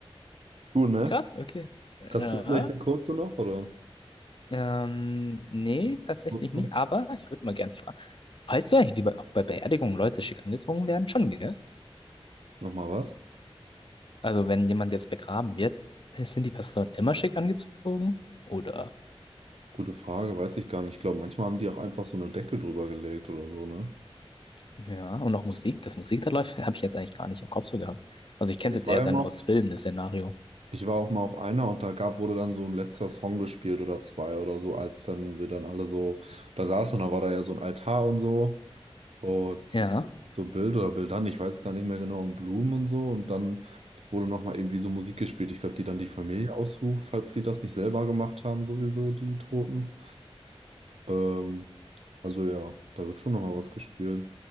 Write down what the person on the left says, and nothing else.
Krass, okay. Ja,
ähm, nee, tatsächlich
nicht, aber ich würde mal gern fragen. Weißt du eigentlich, wie bei, auch bei Beerdigungen Leute schick angezogen werden? Schon, gell?
Also, wenn jemand jetzt begraben wird, sind die Personen immer schick angezogen? Oder?
Ja, und auch Musik, das Musik da läuft, habe ich jetzt eigentlich gar nicht im Kopf so gehabt. Also ich kenne
es
jetzt
eher
dann
aus Filmen, das Szenario.
Ja.